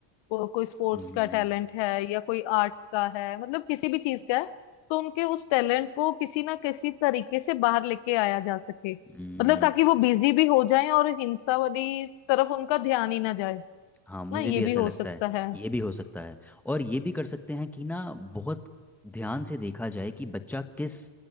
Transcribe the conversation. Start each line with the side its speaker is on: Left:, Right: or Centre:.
Left: को, कोई स्पोर्ट्स
Centre: हम्म
Left: का टैलेंट है या कोई आर्ट्स का है मतलब किसी भी चीज का है तो उनके उस टैलेंट को किसी ना किसी तरीके से बाहर लेके आया जा सके
Centre: हम्म
Left: मतलब ताकि वो बिजी भी हो जाए और हिंसा वाली तरफ उनका ध्यान ही ना जाए
Centre: हाँ मुझे
Left: ना ये
Centre: भी
Left: भी
Centre: ऐसा
Left: हो
Centre: लगता
Left: सकता
Centre: है
Left: है
Centre: ये भी हो सकता है और ये भी कर सकते हैं कि ना बहुत ध्यान से देखा जाए कि बच्चा किस